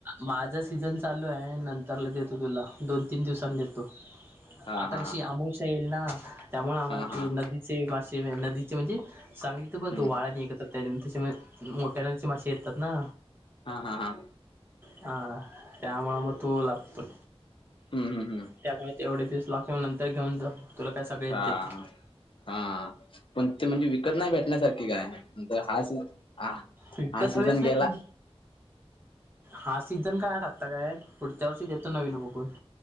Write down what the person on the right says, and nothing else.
माझं सीझन चालू आहे नंतरला देतो तुला. दोन तीन दिवसांनी देतो.
आता
कशी
अमवशा येईल ना, त्यामुळे आम्हाला
ते नदी चे <unintelligible> नदीचे म्हणजे सांगली तर
<unintelligible> त्याच्यामध्ये त्याच्यामुळे मोठ्या नदीचे मासे येतात ना,
हा. त्यामुळं मग तो लागतोय.
त्यामुळे तेवढे तीस लाख येऊन नंतर घेऊन जा. तुला काय सगळेच
देतो
विकत
हवे असले
तर दे. हा सीझन काय अडकता काय, पुढच्या वर्षी देतो नवीन बघून.